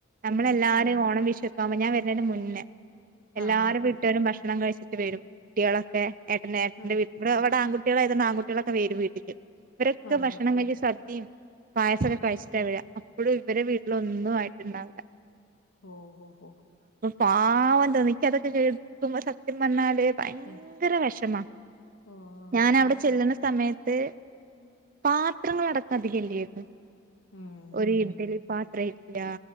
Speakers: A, on the right; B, on the left.
A: നമ്മളെല്ലാരും
B: ഉം
A: ഓണം വിഷു ഒക്കെ അവുമ്പോ ഞാൻ വെര്ണെയിന്റെ മുന്നേ എല്ലാരും
B: ആഹ്
A: വീട്ടെരും ഭക്ഷ ഭക്ഷണം കഴിച്ചിട്ട് വരും കുട്ടികളൊക്കെ ഏ ഏട്ടന്റെ
B: ആഹ്
A: വീട് ഇവിടെവിടെട്ട ആണ്. കുട്ടികളായത് ആൺകുട്ടികളൊക്കെ വരും വീട്ടിക്ക് ഇവരൊക്കെ
B: ആഹ്
A: ഭക്ഷണം വഴിയ സദ്യയും പായസക്കെ
B: ആഹ്
A: കഴിച്ചിട്ട്ണ വര അപ്പഴും ഇവടെ വീട്ടില ഒന്നും ആയിട്ട്ണ്ടാവില്ല.
B: ഓ ഹോ ഹോ
A: പാവം ഇണ്ട്ന്നെ ഇക്ക് അതൊക്കെ കേൾക്കുമ്പോ സത്യം പർണാൽ ഭയങ്കര
B: ഓഹ്
A: വിഷമാ
B: ഓഹോ
A: ഞാനവിടെ ചെല്ലണ സമയത്ത് പാത്രങ്ങൾ അടക്കം അതിൽ ഇല്ലേര്ന്ന്
B: ഉം
A: ഒര്
B: ഉം
A: ഇഡ്ലി
B: ഉം
A: പത്രം <unintelligible> ഇല്ല